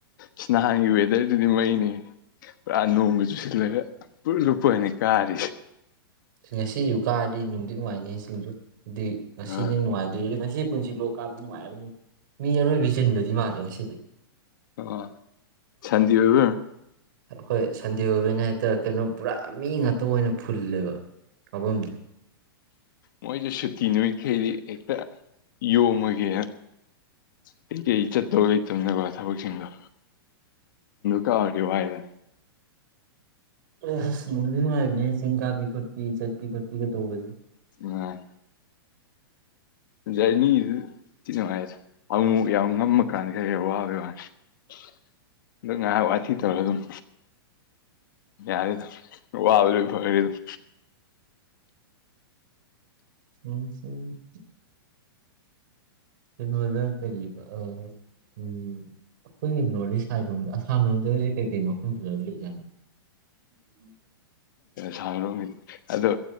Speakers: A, on the left; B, on the right.
A: ꯁꯤ ꯅꯍꯥꯟꯒꯤ ꯋꯦꯗꯔꯗꯨꯗꯤ ꯃꯩꯅꯤ ꯄꯨꯔꯥ ꯅꯣꯡꯒ ꯆꯨꯁꯤꯜꯂꯒ ꯄꯨꯡꯂꯨꯞ ꯂꯨꯞꯄꯒꯅꯤ ꯀꯥꯔꯤꯁꯦ
B: ꯉꯁꯤꯁꯨ ꯀꯥꯔꯗꯤ ꯅꯨꯡꯗꯤ ꯅꯨꯡꯉꯥꯏꯅꯤ ꯆꯤꯡꯁꯨ ꯑꯗꯨꯗꯤ ꯉꯁꯤꯅꯦ
A: ꯑꯥ
B: ꯅꯨꯡꯉꯥꯏꯗꯣꯏꯔꯤ ꯉꯁꯤ ꯄꯨꯟꯁꯤ ꯂꯣꯛ ꯀꯥꯕ ꯅꯨꯡꯉꯥꯏꯔꯕꯅꯤ ꯃꯤ ꯑꯔꯣꯏꯕꯤ ꯆꯤꯟꯕꯗꯤ ꯃꯥꯜꯂ‌ꯦ ꯉꯁꯤꯗꯤ
A: ꯑ ꯁꯥꯟꯗ‌ꯦ ꯑꯣꯏꯕꯩ ꯑꯣꯏꯔꯝꯅꯤ
B: ꯍ‌ꯣꯏ ꯁꯟꯗꯦ ꯑꯣꯏꯕꯩꯅꯦ ꯍꯥꯏꯇꯥꯔꯦ ꯀꯩꯅꯣ ꯄꯨꯔꯥ ꯃꯤ ꯉꯥꯛꯇ ꯑꯣꯏꯅ ꯐꯨꯜꯂꯦꯕ ꯃꯐꯝꯁ‌ꯦ
A: ꯃꯣꯏꯁꯦ ꯁꯨꯇꯤ ꯅꯨꯃꯥꯠꯈꯩꯗꯤ ꯍꯦꯛꯇ ꯌꯣꯝꯃꯒꯦ ꯀꯩꯀꯩ ꯆꯠꯇꯧ ꯂꯩꯇꯕꯅꯦꯀꯣ ꯊꯕꯛꯁꯤꯡꯗꯣ ꯀꯥꯔꯗꯤ <unintelligible>
B: ꯑ ꯑꯁ ꯅꯨꯡꯗꯤ ꯅꯨꯡꯉꯥꯏꯕꯅꯦ ꯆꯤꯡ ꯀꯥꯕꯤ ꯈꯣꯠꯄꯤ ꯆꯠꯄꯤ ꯈꯣꯠꯄꯤꯒ ꯇꯧꯕꯁꯦ
A: ꯅꯨꯡꯉꯥꯏ ꯖꯔꯅꯤꯗꯨꯤ ꯅꯨꯡꯉꯥꯏꯁꯨ ꯑꯃꯨꯛ ꯌꯥꯝ ꯉꯝꯃꯀꯥꯟꯗ ꯈꯩ ꯋꯥꯕꯩ ꯋꯥꯦꯗ ꯉꯥꯏꯍꯥꯛ ꯋꯥꯊꯤ ꯇꯧꯔꯒ ꯑꯗꯨꯝ ꯌꯥꯔꯦꯗ ꯋꯥꯕ ꯂꯣꯏ ꯐꯈꯦ ꯑꯗꯨꯝ
B: ꯎꯝ ꯍꯝ ꯀꯩꯅꯣꯗ ꯀꯔꯤ ꯑꯩꯈꯣꯏꯒꯤ ꯅꯣꯔꯠ ꯏꯁ ꯁꯥꯏꯠ ꯂꯣꯝꯗ ꯑꯁꯥꯝ ꯂꯣꯝꯗꯗꯤ ꯀꯔꯤ ꯀꯔꯤ ꯃꯐꯝ ꯐꯖ ꯂꯩꯖꯠꯅꯤ ꯎꯝ
A: ꯁꯔꯣꯝꯒꯤꯗꯤ ꯑꯗꯣ